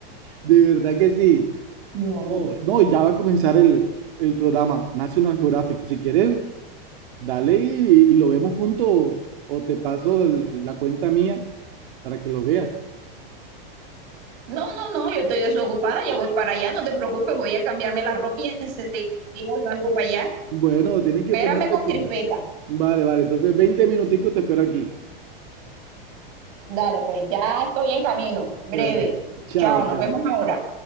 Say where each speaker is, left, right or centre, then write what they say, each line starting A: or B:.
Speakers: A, on the right (about 60°); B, on the right (about 40°).
A: De verdad que sí.
B: No.
A: No, no, y ya va a comenzar el, el programa National Geographic. Si quieres, dale y, y lo vemos juntos o te paso el- la cuenta mía para que lo veas.
B: No, no, no, yo estoy desocupada, ya voy para allá, no te preocupes, voy a cambiarme la ropa y enseguida salgo para allá.
A: Bueno, tienen que
B: Espérame
A: ponerte
B: con
A: pila.
B: crispeta.
A: Vale, vale. Entonces, 20 minuticos te espero aquí.
B: Dale, pues ya estoy en camino, breve.
A: Bueno, chao,
B: Chao, nos
A: chao.
B: vemos ahora.